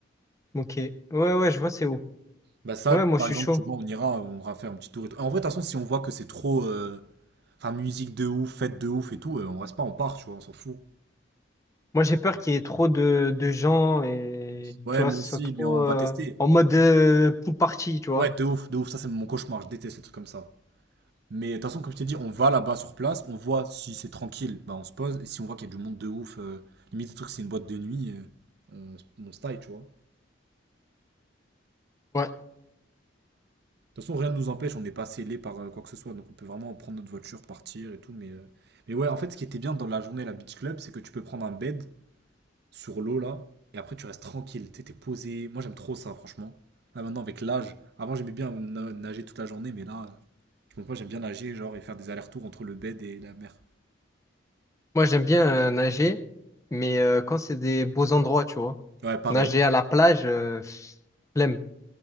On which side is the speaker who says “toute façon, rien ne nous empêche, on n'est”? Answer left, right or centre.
Right